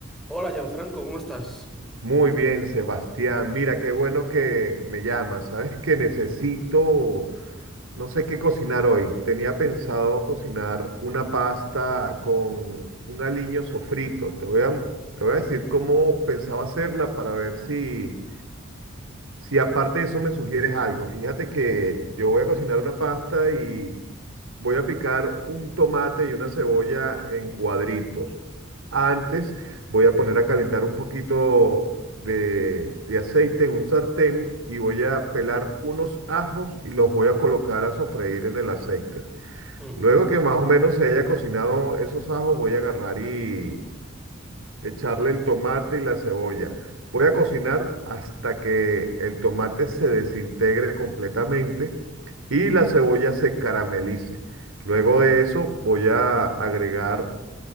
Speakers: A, in the centre; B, on the right.
A: Hola, Gianfranco, ¿cómo estás?
B: Muy bien, Sebastián. Mira, qué bueno que me llamas. Sabes que necesito, no sé qué cocinar hoy. Tenía pensado cocinar una pasta con un aliño sofrito. Te voy a, te voy a decir cómo pensaba hacerla para ver si, si aparte de eso me sugieres algo, fíjate que yo voy a cocinar una pasta y voy a picar un tomate y una cebolla en cuadritos. Antes voy a poner a calentar un poquito de, de aceite en un sartén y voy a pelar unos ajos y los voy a colocar a sofreír en el aceite.
A: Mm.
B: Luego que más o menos se haya cocinado esos ajos, voy a agarrar y echarle el tomate y la cebolla. Voy a cocinar hasta que el tomate se desintegre completamente y la cebolla se caramelice. Luego de eso voy a agregar